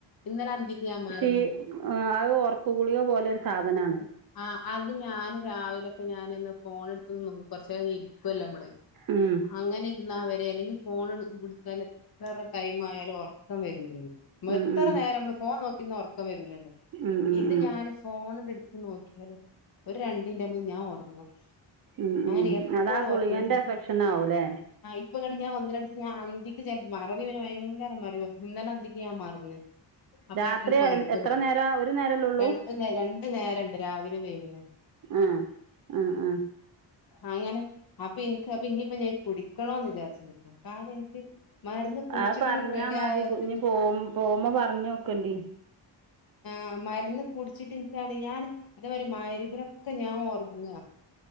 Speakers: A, on the left; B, on the right.
A: ഇന്നെല അന്തിക്ക് ഞാൻ
B: കൃഷീ
A: മറന്ന്
B: ആ അത് ഒറക്ക ഗുളിക പോലെ ഒരു സാധനാണ്
A: ആ അത് ഞാന് രാവിലെ അപ്പോ ഞാനിന്ന് ഫോണെടുത്ത് നോ കുറച്ച് നേരം ഇരിക്കുവല്ലോ നമ്മള്
B: ഉം
A: അങ്ങനെ ഇരുന്നാ വരെ അല്ലെങ്കിൽ ഫോൺ കൊടുത്താല് വേറെ ടൈം ആയാലും ഉറക്കം വരൂലന് നമ്മള്
B: ഉം
A: എത്ര
B: ഉം
A: നേരം നമ്മള് ഫോൺ നോക്കിയിരുന്നാ ഉറക്കം വരൂലല്ലോ
B: ഉം ഉം
A: ഇത്
B: ഉം
A: ഞാന് ഫോണ് എടുത്ത് നോക്കിയാലോ ഒരു രണ്ട് മിനിറ്റ് ആകുമ്പോഴേക്ക് ഞാൻ ഉറങ്ങുവാ
B: ഉം
A: അങ്ങനെ
B: ഉം
A: എപ്പോഴും
B: അതാ ഗുളികേൻ്റെ
A: ഉറക്കം നീ
B: എഫെക്ഷൻ ആവും അല്ലേ
A: ആ ഇപ്പൊ ഞാൻ ഒന്നിലടി ഞാൻ അന്തിക്ക് ചെ മറവി ഒരു ഭയങ്കര മറവിയാ ഇന്നലെ അന്തിക്ക് ഞാൻ മറന്ന് ഇപ്പോ
B: രാത്രി
A: പിന്നെ കുഴപ്പവില്ല
B: എത്ര നേരം ഒരു നേരമല്ലേ ഉള്ളൂ
A: രണ്ട് നേര രണ്ട് നേരമുണ്ട് രാവിലെയും വൈകുന്നേരവും
B: ആഹ് ആഹ് ആഹ്
A: അങ്ങനെ അപ്പൊ എനിക്ക് അപ്പൊ ഇനിയിപ്പോ ഞാൻ കുടിക്കണോന്ന് വിചാരിച്ച് നിക്കുവാ കാരണം എനിക്ക് മരുന്ന് കുടിച്ചിട്ടും
B: അത് പറഞ്ഞാ
A: ഇങ്ങട് റെഡി
B: മതി
A: ആകാത്തത്
B: ഇനി പോ പോവുമ്പോ പറഞ്ഞ് നോക്ക് എങ്കില്
A: ആ മരുന്ന് കുടിച്ചിട്ട് എനിക്കാണ് ഞാൻ അതേമാതിരി മരുന്നിലൊക്കെ ഞാൻ ഒർങ്ങുക